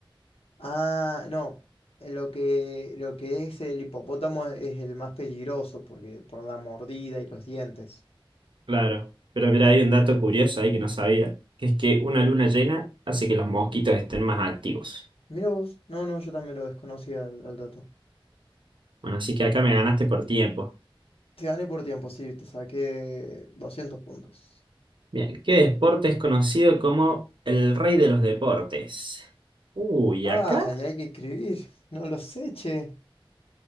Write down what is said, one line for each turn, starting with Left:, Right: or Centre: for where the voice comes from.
Left: Ah, no. eh, Lo que, lo que es el hipopótamo es el más peligroso porque por la mordida y los dientes.
Right: Claro, pero mira, hay un dato curioso ahí que no sabía, que es que una luna llena hace que los mosquitos estén más activos.
Left: Mira vos. No, no, yo también lo desconocía al, al dato.
Right: Bueno, así que acá me ganaste por tiempo.
Left: Te gané por tiempo, sí, te saqué 200 puntos.
Right: Bien, ¿qué deporte es conocido como el rey de los deportes? Uy,
Left: Ah,
Right: ¿acá?
Left: y hay que escribir. No lo sé, che.